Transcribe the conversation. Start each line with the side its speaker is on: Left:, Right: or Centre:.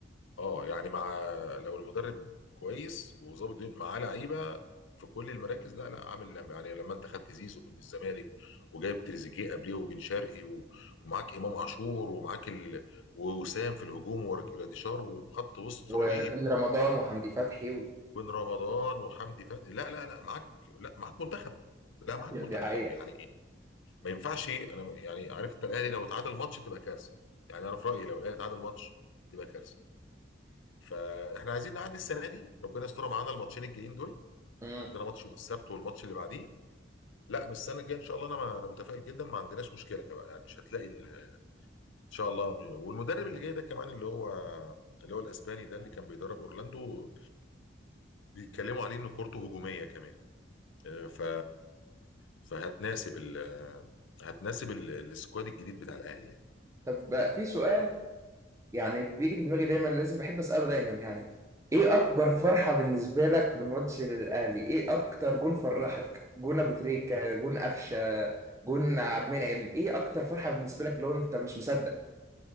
Left: اه يعني مع لو المدرب كويس وظابط الدنيا، معاه لعيبه في كل المراكز لا لا عامل يعني لما انت خدت زيزو من الزمالك وجايب تريزيجيه قبليه وبن شرقي و- ومعاك امام عاشور ومعاك ال... ووسام في الهجوم ورجراديشار وخط وسط
Right: وبن
Left: رهيب
Right: رمضان وحمدي فتحي و...
Left: بن رمضان وحمدي فتحي لا لا لا معاك لا معاك منتخب لا معاك
Right: دي
Left: منتخب
Right: حقيقة
Left: يعني ما ينفعش انا يعني عارف انت الاهلي لو اتعادل ماتش تبقى كارثه يعني انا في رايي لو الاهلي اتعادل ماتش تبقى كارثه فاحنا عايزين نعدي السنه دي ربنا يستر معانا الماتشين الجايين دول
Right: مم.
Left: عندنا ماتش يوم السبت والماتش اللي بعديه لا من السنه الجايه ان شاء الله انا ما انا متفائل جدا ما عندناش مشكله بقى يعني مش هتلاقي ال- ان شاء الله والمدرب اللي جاي ده كمان اللي هو اللي هو الاسباني ده اللي كان بيدرب اورلاندو بيتكلموا عليه ان كورته هجوميه كمان آه، ف فهتناسب ال هتناسب ال- السكواد الجديد بتاع الاهلي يعني
Right: طب بقى في سؤال يعني بيجي في دماغي دايما لازم بحب اساله دايما يعني ايه اكبر فرحه بالنسبه لك في ماتش للاهلي ايه اكتر جون فرحك جون ابو تريكه جون قفشه جون عبد المنعم ايه اكتر فرحه بالنسبه لك لو انت مش مصدق